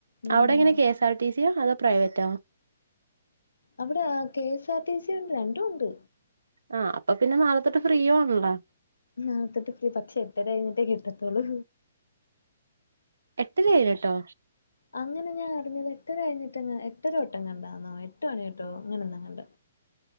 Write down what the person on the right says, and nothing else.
അവിടെ എങ്ങനെ കെ എസ് ആർ ടി സിയോ, അതോ പ്രൈവറ്റാ
ആഹ് അപ്പൊ പിന്നെ നാള തൊട്ട് ഫ്രീയും ആണല്ലോ?
എട്ടര കഴിഞ്ഞിട്ടോ?